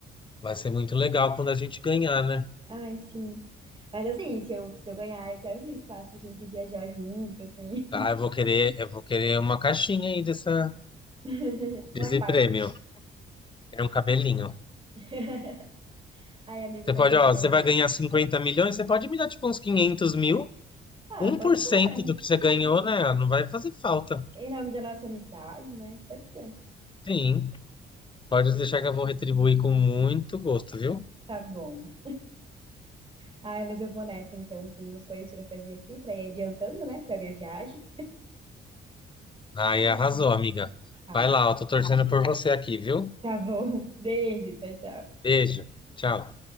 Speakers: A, on the left; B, on the right.
A: vai ser muito legal quando a gente ganhar, né?
B: Ai, sim. Mas assim, se eu, se eu ganhar, eu te aviso, tá? Pra gente viajar junto, assim.
A: Ah, eu vou querer, eu vou querer uma caixinha aí dessa,
B: <laughs> Uma
A: desse
B: parte.
A: prêmio. É um cabelinho.
B: <laughs> Ai, amigo,
A: Você
B: mas
A: pode,
B: eu
A: ó,
B: vou.
A: você vai ganhar 50 milhões, você pode me dar tipo uns 500 mil,
B: Ah,
A: um
B: pode
A: por cento
B: ser.
A: do que você ganhou, né? Não vai fazer falta.
B: Em nome da nossa amizade, né? Pode ser.
A: Sim, pode deixar que eu vou retribuir com muito gosto, viu?
B: Tá bom. Ai, mas eu vou nessa então. Tem umas coisas pra fazer aqui, pra ir adiantando, né, pra minha viagem.
A: Aí
B: Ai.
A: arrasou, amiga.
B: Tá,
A: Vai lá, eu tô torcendo por você aqui, viu?
B: tá bom. <laughs> Beijo, tchau, tchau.
A: Beijo, tchau.